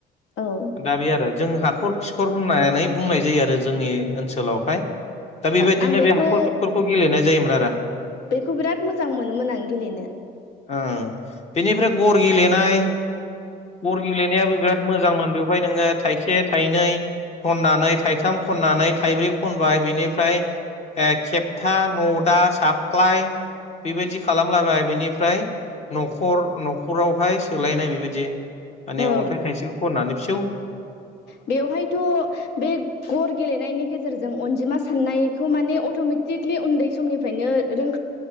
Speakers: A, on the left; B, on the left.
A: ओ
B: दा बे आरो जों हाखर खिखर होन होननानै बुंनाय जायो आरो जोंनि ओनसोलावहाय। दा बेबायदिनो
A: आं बेखौ
B: बे हाखर खिखरखौ गेलेनाय। जायोमोन आरो।
A: बेखौ बिराद मोजां मोनोमोन आं गेलेनो।
B: ओं बेनिफ्राय गर गेलेनाय गर गेलेनायाबो बिराद मोजांमोन बेवहाय नोङो थाइसे थाइनै खननानै थाइथाम खननानै थाइब्रै खनबाय बेनिफ्राय ओ खेबथा नदा सापख्लाय। बेबायदि खालामलाबाय बेनिफ्राय न'खर न'खरावहाय सोलायनाय बेबायदि माने
A: औ
B: अन्थाइ थाइसे खननानै फिउ
A: बेवहायथ' बे गर गेलेनायनि गेजेरजों अनजिमा साननायखौ माने अट'मेटिक। ट्रिकलि उन्दै समनिफ्रायनो रों